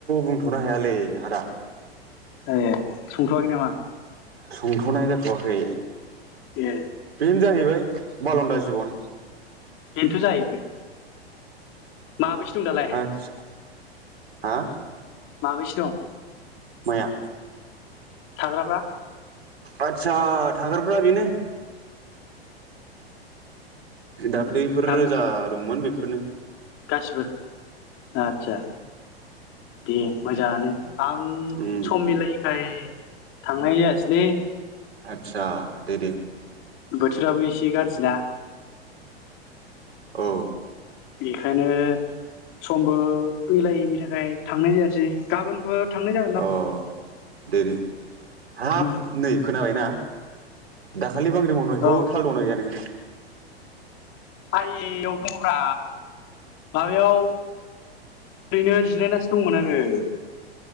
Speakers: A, on the right (about 70°); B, on the left (about 40°).
A: बुंथनो हायालै आदा
B: ए संथआखै नामा
A: संथनाय जाथवाखै
B: ए
A: बेनो जाहैबाय बालनन्दा जिबन
B: बेन्थ जाहैबाय। माबैसो दं दालाय?
A: आदसा हा
B: माबैसे दं।
A: माया
B: थाग्राफ्रा
A: आदसा थाग्राफ्रा बेनो दाख्लैफोर
B: साबै
A: जा दंमोन बेफो फोरनो
B: गासिबो आतसा दे मोजाङानो आं
A: उम
B: सम मिलायैखाय थांनाय जायासैलै
A: आथसा दे दे
B: बोथोराबो एसे गाज्रि ना?
A: औ
B: बेखायनो समबो मिलायैनि थाखाय थांनाय जायासै गाबोनफोर थांनाय जागोनदां
A: अ दे दे हाब
B: उम
A: नै खोनाबायना दा खालि बांग्रि मावनायखौ
B: औ
A: थाल दं गैया नोङो?
B: आइयाव दङब्रा माबायाव ओरैनो जिरायनासो दंमोन आङो।